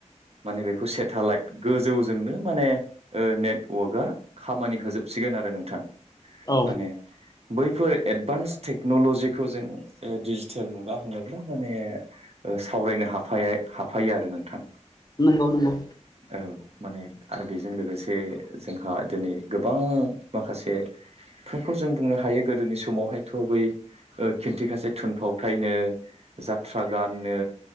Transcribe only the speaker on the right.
माने बेखौ सेटेलाइट गोजौजोंनो माने ओ नेटवर्कआ खामानि होजोब सिगोन आरो नोंथां
माने बैफोर एडभान्स टेक्न'ल'जिखौ जों डिजिटेल मुगा होनोब्ला माने सावरायनो हाफाया- हाफायो आरो नोंथां।
औ माने आरो बेजों लोगोसे जोंहा दिनै गोबां माखासे बेफोरखौ जों बुंनो हायो गोदोनि समावहायथ' बै खिन्थिगासे थुनफावथायनो जा ट्रा गाननो